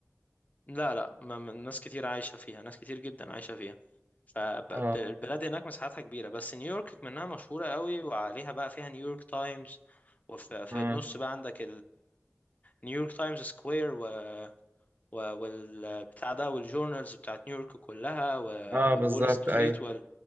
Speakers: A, on the left; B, on the right.
A: لا لا ما ما- ناس كتير عايشة فيها ناس كتير جدا عايشة فيها فالبلاد
B: اه
A: هناك مساحتها كبيرة بس نيويورك منها مشهورة قوي وعليها بقى فيها نيويورك تايمز وفي في
B: اه
A: النص بقى عندك نيويورك تايمز سكوير و... و... والبتاع ده والجورنالز بتاعت نيويورك كلها و...
B: اه
A: والول
B: بالظبط
A: ستريت
B: ايوه
A: وال...